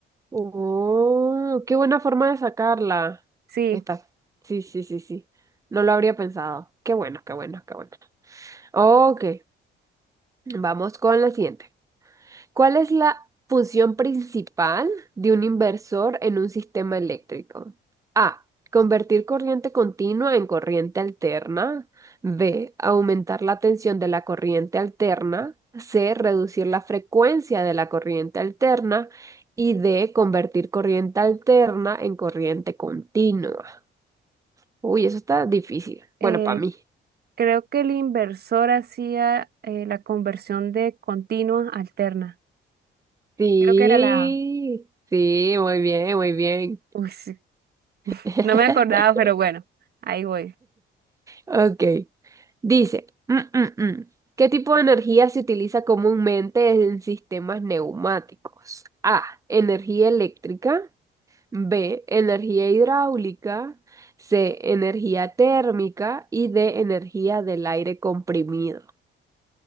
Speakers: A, on the right; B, on the right.
A: Oh, qué buena forma de sacarla.
B: Sí,
A: esta. Sí, sí, sí, sí. No lo habría pensado. Qué bueno, qué bueno, qué bueno. Ok, vamos con la siguiente. ¿Cuál es la función principal de un inversor en un sistema eléctrico? A. Convertir corriente continua en corriente alterna. B. Aumentar la tensión de la corriente alterna. C. Reducir la frecuencia de la corriente alterna. Y D. Convertir corriente alterna en corriente continua. Uy, eso está difícil.
B: eh,
A: Bueno, para mí.
B: creo que el inversor hacía eh, la conversión de continua a alterna.
A: Sí,
B: Creo que era la...
A: sí, muy bien, muy bien.
B: <laughs> Uy, sí,
A: <laughs>
B: no me acordaba, pero bueno, ahí voy.
A: Ok. Dice, mm, mm, mm. ¿Qué tipo de energía se utiliza comúnmente en sistemas neumáticos? A, energía eléctrica. B, energía hidráulica. C, energía térmica. Y D, energía del aire comprimido.